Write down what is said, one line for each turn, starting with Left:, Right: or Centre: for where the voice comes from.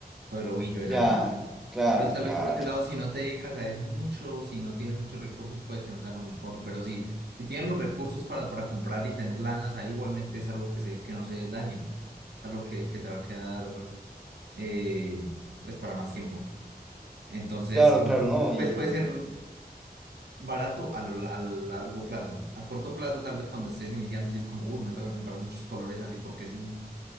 Right: todo el ovillo de
Centre: Ya,
Right: lana.
Centre: claro,
Right: Entonces, tal
Centre: claro.
Right: vez por ese lado, si no te dedicas a eso mucho, si no tienes muchos recursos, puede que no sea lo mejor, pero sí, si tienes los recursos para, para comprar y tener lanas, ahí igualmente es algo que, se, que no se dañen, algo que, que te va a quedar eh, pues para más tiempo. Entonces,
Centre: Claro, claro, no.
Right: pues
Centre: Y
Right: puede ser barato a, lo- a largo plazo. A corto plazo, tal vez cuando estés iniciando, si es como, uy, me tengo que comprar muchos colores así porque sí.